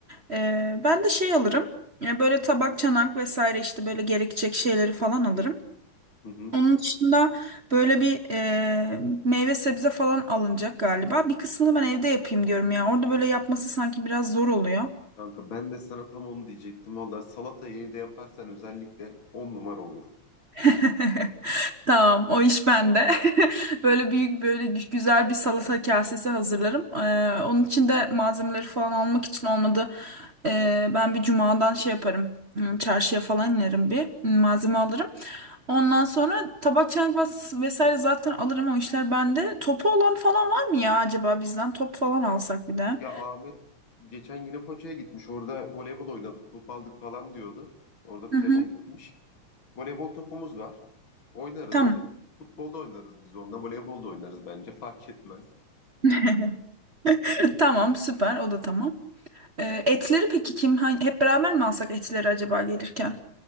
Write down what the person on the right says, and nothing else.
Ee, ben de şey alırım. Ee, böyle tabak, çanak vesaire işte böyle gerekecek şeyleri falan alırım.
Onun dışında böyle bir e, meyve sebze falan alınacak galiba. Bir kısmını ben evde yapayım diyorum ya. Orada böyle yapması sanki biraz zor oluyor.
<laughs> Tamam, o iş bende. <laughs> Böyle büyük böyle gü- güzel bir salata kasesi hazırlarım. Ee, onun için de malzemeleri falan almak için olmadı. Ee, ben bir cumadan şey yaparım. Hmm, Çarşıya falan inerim bir hmm, malzeme alırım. Ondan sonra tabak çanak vas- vesaire zaten alırım o işler bende. Topu olan falan var mı ya acaba bizden? Top falan alsak bir de.
Hı
hı,
tamam.
<laughs> Tamam süper o da tamam. Ee, etleri peki kim? Hani hep beraber mi alsak etleri acaba gelirken?